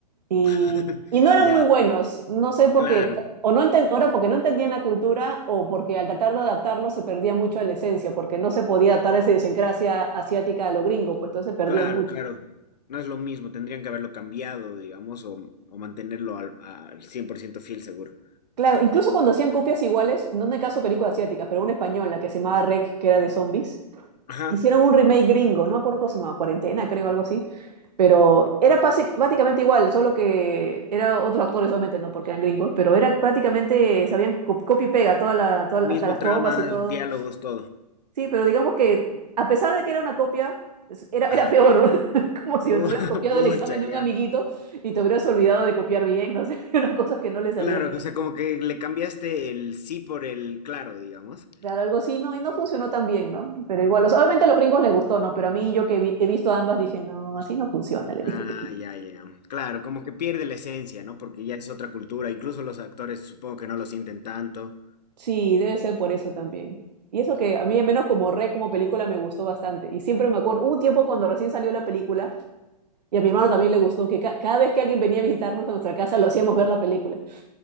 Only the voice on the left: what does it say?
<laughs>
Ya,
claro,
claro,
claro. No es lo mismo, tendrían que haberlo cambiado, digamos, o, o mantenerlo al, al 100% fiel, seguro.
Ajá,
mismo
trama,
diálogos, todo.
Ajá.
oh
<laughs> pucha,
ya.
Claro,
o sea, como que le cambiaste el sí por el claro, digamos.
Ah,
ya, ya. Claro, como que pierde la esencia, ¿no? Porque ya es otra cultura. Incluso los actores supongo que no lo sienten tanto.